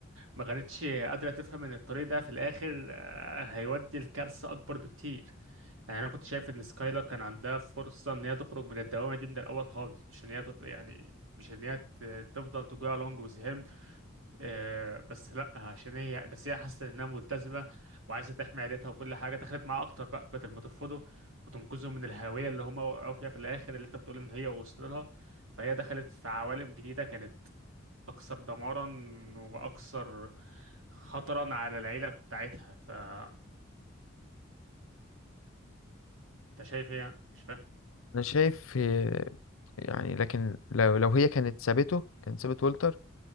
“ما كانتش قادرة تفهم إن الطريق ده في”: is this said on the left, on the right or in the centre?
Right